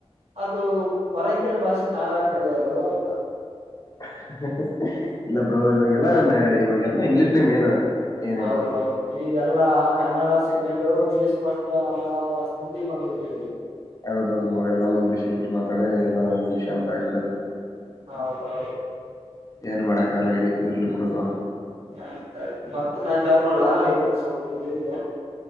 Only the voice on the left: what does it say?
ಹ ಹಾ ಹಾ ಇಲ್ಲ ಬ್ರೋ ಇವಾಗೆಲ್ಲಾ ಇವಾಗೆಲ್ಲಾ ಇಂಗ್ಲೀಷ್ನೆ ಮೇನ್ ಏನಿದ್ರು
ಹೌದೌ ದು ಬ್ರೋ ಎಲ್ಲಾನು ಇಂಗ್ಲಿಷ್ ಇಂಗ್ಲೀಷ ಮಾತಾಡಿ ಎಲ್ಲಾನು ಇಂಗ್ಲೀಷ್ ಅಂತ ಆಗ್ಬಡದೆ
ಏನು ಮಾಡಕ್ಕಾಗಲ್ಲ ಇರೀ, ಇರ್ಲಿ ಬಿಡು ಬ್ರೋ.